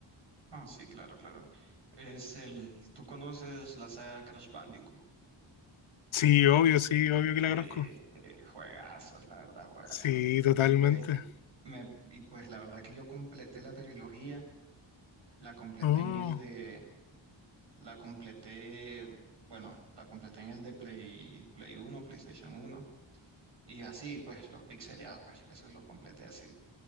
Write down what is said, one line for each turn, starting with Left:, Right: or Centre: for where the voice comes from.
Right: Ah, sí, claro, claro. Es el, ¿tú conoces la saga Crash Bandicoot?
Left: Sí, obvio, sí, obvio
Right: Sí,
Left: que la
Right: eh,
Left: conozco.
Right: juegazos, la verdad, juegazos.
Left: Sí, totalmente.
Right: Y pues, y, me, y pues la verdad que yo completé la trilogía, la completé
Left: Oh,
Right: en el de La completé, bueno, la completé en el de Play, Play uno PlayStation uno Y así, pues, los pixeleados, pues, eso los completé así.